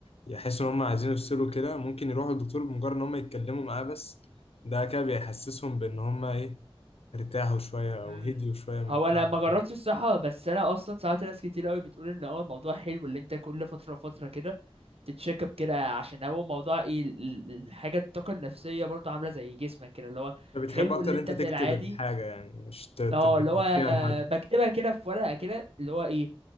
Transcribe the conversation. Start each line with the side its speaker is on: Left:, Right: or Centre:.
Left: يحسوا ان هم عايزين يفصلوا كده ممكن يروحوا للدكتور بمجرد ان هم يتكلموا معاه بس ده كده بيحسسهم بان هم ايه ارتاحوا شوية او
Right: امم
Left: هديوا شوية من
Right: هو
Left: تعبهم
Right: انا ما جربتش الصراحه بس انا اصلا ساعات ناس كتير قوي بتقول ان هو الموضوع حلو اللي انت كل فتره وفتره كده تتشيك اب كده عشان هو موضوع ايه ال- ال- الحاجه الطاقه النفسيه برضو عامله زي جسمك كده اللي هو
Left: انت بتحب
Right: حلو
Left: اكتر
Right: اللي
Left: ان
Right: انت
Left: انت
Right: في
Left: تكتب
Right: العادي
Left: الحاجة يعني مش ت- ت-
Right: اه
Left: تحكيها
Right: اللي هو
Left: لحد
Right: بكتبها كده في ورقه كده اللي هو ايه